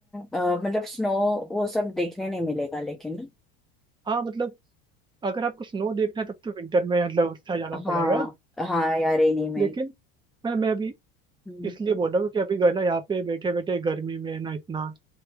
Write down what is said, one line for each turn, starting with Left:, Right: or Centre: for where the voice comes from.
Centre: अ, मतलब स्नो वो सब देखने नहीं मिलेगा लेकिन
Right: हाँ मतलब अगर आपको स्नो देखना है तब तो विंटर में मतलब उससे जाना
Centre: हाँ
Right: पड़ेगा
Centre: हाँ यार इन्हीं में
Right: लेकिन मैं मैं अभी
Centre: हम्म
Right: इसलिए बोल रहा हूँ कि अभी ना यहाँ पे बैठे बैठे गर्मी में है ना इतना